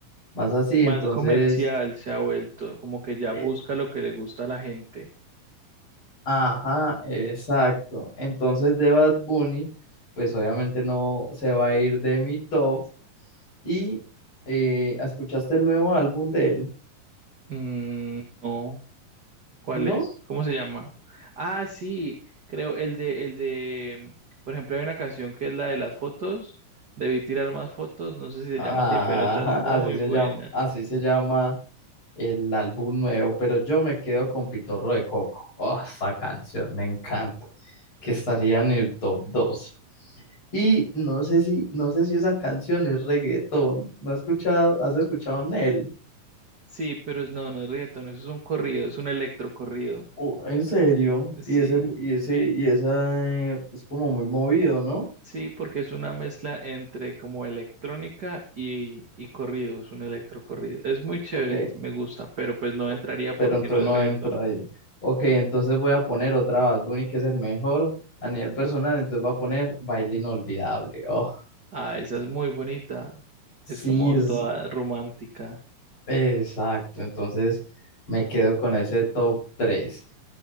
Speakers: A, on the left (about 35°); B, on the right (about 35°).
A: más así.
B: Más
A: Entonces,
B: comercial se ha vuelto. Como que ya
A: eh,
B: busca lo que le gusta a la gente.
A: ajá, exacto. Entonces de Bad Bunny, pues obviamente no se va a ir de mi top. Y eh, ¿escuchaste el nuevo álbum de él?
B: Mm, no. ¿Cuál
A: ¿No?
B: es? ¿Cómo se llama? Ah, sí, creo, el de, el de, por ejemplo, hay una canción que es la de las fotos, debí tirar más fotos, no sé si se
A: Ah,
B: llama así, pero esa
A: Ajá,
B: es muy
A: así se
B: buena.
A: llama, así se llama el álbum nuevo, pero yo me quedo con Pitorro de Coco. Oh, esa canción me encanta, que estaría en el top dos Y no sé si, no sé si esa canción es reggaetón. ¿No has escuchado? ¿Has escuchado Nel?
B: Sí, pero es, no, no es reggaetón, eso es un corrido, es un electrocorrido.
A: Oh, ¿en serio?
B: Sí,
A: Y ese, y ese, y esa eh, es como muy movido, ¿no?
B: sí, porque es una mezcla entre como electrónica y, y corrido, es un electrocorrido. Es muy chévere,
A: Ok.
B: me gusta, pero pues no
A: o-
B: entraría
A: pero
B: porque
A: entonces
B: no es
A: no
B: reggaetón.
A: entro ahí. Ok, entonces voy a poner otra Bad Bunny que es el mejor a nivel personal, entonces voy a poner Baile Inolvidable. Oh,
B: Ah, esa es muy bonita,
A: sí,
B: es como
A: es
B: toda romántica.
A: exacto, entonces me quedo con ese top tres